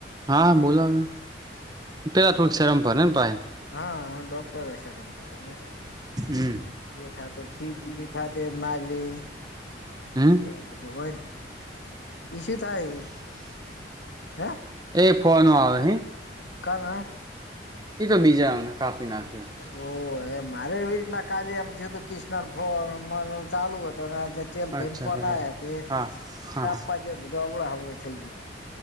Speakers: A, on the right; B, on the left.
A: હા બોલાવે. તે પેલા
B: હમ
A: થોડુક શરમ ભરે ના પાહે.
B: હા ડોક્ટર એ શરમ ભરે.
A: હમ
B: જે થાતો ફી દિયે. ખાતેર માલી
A: હમ
B: એવું બધું હોયને ઈ સે થાય હે.
A: એ ફોન આવે નહી?
B: કમ એ?
A: એ તો બીજાને કાપી નાખ્યું.
B: ઓ એ મારે એવી રીતના કાલે એમ થયું હતું ક્રષ્ન ફોન ચાલુ હતો ને આજે ચલ ભન
A: અચ્છા
B: ફોન
A: બરાબર
B: આ્યા તે
A: હા હા
B: કાપવા
A: હા
B: જે બધું અવળ હવળું થઈ ગયું.